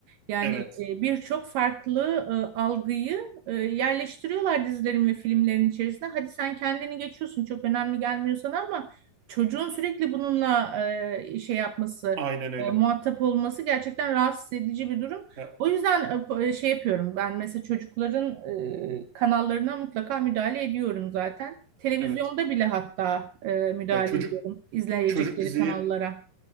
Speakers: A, on the right; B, on the right.
A: Yani
B: Evet,
A: e, birçok farklı e, algıyı e, yerleştiriyorlar dizilerin ve filmlerin içerisine. Hadi sen kendini geçiyorsun çok önemli gelmiyor sana ama çocuğun sürekli bununla e, şey yapması,
B: aynen öyle.
A: e, muhatap olması gerçekten rahatsız edici bir durum.
B: Ya,
A: O yüzden e, şey yapıyorum ben mesela çocukların e, kanallarına mutlaka müdahale ediyorum zaten. Televizyonda
B: evet.
A: bile hatta e, müdahale
B: Ya çocuk
A: ediyorum izleyecekleri
B: çocuk dizileri
A: kanallara.